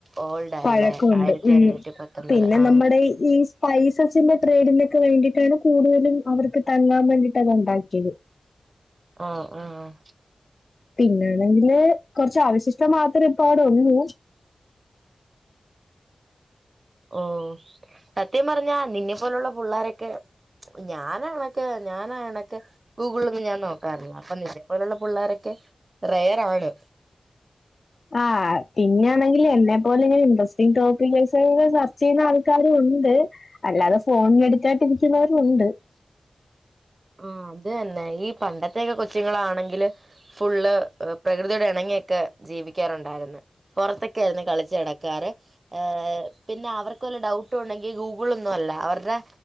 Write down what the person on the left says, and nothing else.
പഴക്കമുണ്ട്
ഉം
പിന്നെ
നമ്മുടെ ഈ പൈസ <unintelligible> ട്രേഡിലൊക്കെ വേണ്ടിയിട്ടാണ് കൂടുതലും അവർക്ക് തങാൻ വേണ്ടിട്ട് അത് ഉണ്ടാക്കിയത്
പിന്നെയാണെങ്കില് കൊറച്ച് അവശിഷ്ടം മാത്രേ ഇപ്പ അവിടെ ഒള്ളൂ
ആഹ് പിന്നാണെങ്കിൽ എന്നെ പോല ഇങ്ങനെ ഇൻറ്രസ്റ്റിഗ് ടോപ്പിക് <unintelligible> ചെയ്യുന്ന ആൾക്കാരും ഉണ്ട് അല്ലാതെ ഫോൺ എടുക്കാണ്ടിരിക്കുന്നവരും ഉണ്ട്